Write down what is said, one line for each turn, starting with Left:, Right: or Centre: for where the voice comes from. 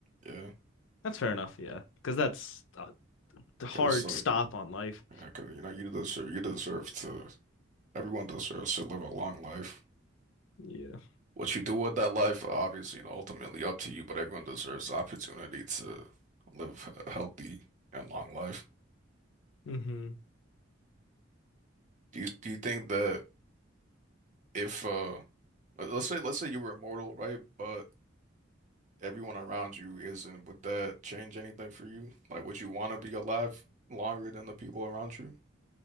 Right: Yeah.
Left: That's fair enough, yeah. Because that's a hard
Right: Because like,
Left: stop on life.
Right: yeah, 'cause, you know, you deserve, you deserve to, everyone deserves to live a long life.
Left: Yeah.
Right: What you do with that life, obviously, you know, ultimately up to you, but everyone deserves the opportunity to live a healthy and long life.
Left: hmm
Right: Do you, do you think that if, uh, let- let's say, let's say you were immortal, right? But everyone around you isn't, would that change anything for you? Like, would you want to be alive longer than the people around you?